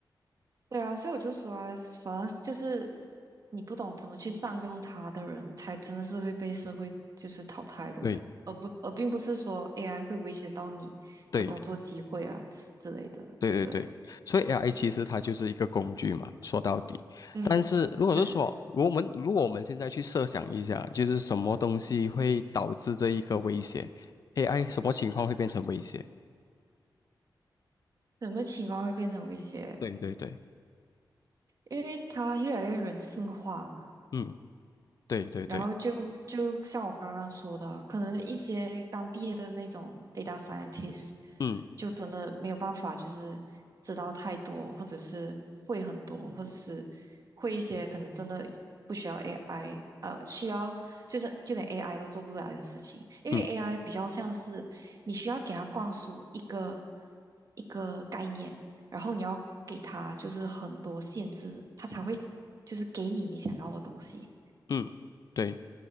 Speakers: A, on the right; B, on the left.
A: 对啊，所以我就说啊，反而是就是你不懂怎么去善用它的人，才真的是会被社会就是淘汰的人，
B: 对
A: 而不而并不是说 AI 会威胁到你的工作机会啊之之类的。
B: 对对对对，
A: 对
B: 所以 AI 其实它就是一个工具嘛，
A: 对，
B: 说到底。
A: 嗯，
B: 但是如果是说，
A: 对，
B: 如果我们如果我们现在去设想一下，就是什么东西会导致这一个威胁？AI 什么情况会变成威胁？
A: 什么情况会变成威胁？
B: 对对对，
A: 因为它越来越人性化嘛。
B: 嗯，对对对，
A: 然后就就像我刚刚说的，可能一些刚毕业的那种 data scientist，
B: 嗯
A: 就真的没有办法，就是知道太多，或者是会很多，或者是会一些可能真的不需要 AI，呃，需要就是就连 AI 都做不来的事情，因为
B: 嗯
A: AI 比较像是你需要给它灌输一个一个概念，然后你要给它就是很多限制，它才会就是给你你想要的东西。
B: 嗯，对，